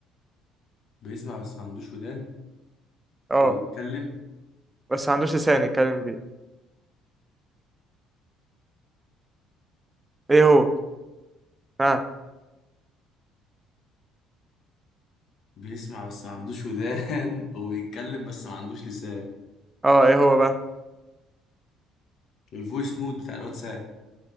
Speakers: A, on the left; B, on the right.
A: بيسمع بس ما عندوش ودان
B: اه
A: وبيتكلم
B: بس ما عندوش لسان يتكلم بيه ايه هو ها
A: بيسمع بس ما عندوش ودان <laughs> وبيتكلم بس ما عندوش لسان
B: اه ايه هو بقى
A: الفويس نوت بتاع الواتساب